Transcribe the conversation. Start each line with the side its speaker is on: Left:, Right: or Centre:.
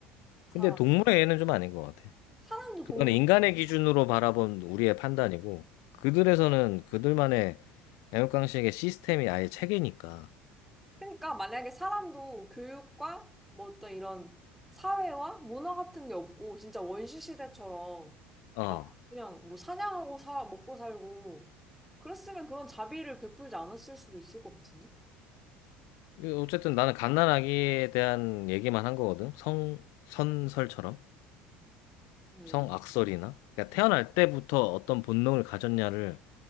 Centre: 사람.
Left: 근데 동물의 애는 좀 아닌 것 같아.
Centre: 사람도
Left: 그건
Centre: 동물이잖아.
Left: 인간의 기준으로 바라본 우리의 판단이고, 그들에서는 그들만의 애국강식의 시스템이 아예 체계니까.
Centre: 그러니까 만약에 사람도 교육과 뭐 어떤 이런 사회와 문화 같은 게 없고 진짜 원시 시대처럼
Left: 어.
Centre: 막 그냥 뭐 사냥하고 사 먹고 살고 그랬으면 그런 자비를 베풀지 않았을 수도 있을 것 같은데.
Left: 이거 어쨌든 나는 갓난아기에 대한 얘기만 한 거거든. 성, 선설처럼.
Centre: 음.
Left: 성악설이나. 그러니까 태어날 때부터 어떤 본능을 가졌냐를